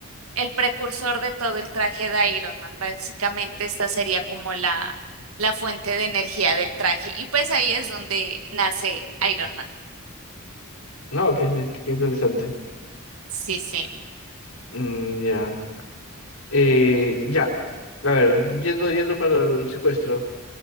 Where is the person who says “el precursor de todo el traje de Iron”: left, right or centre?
Right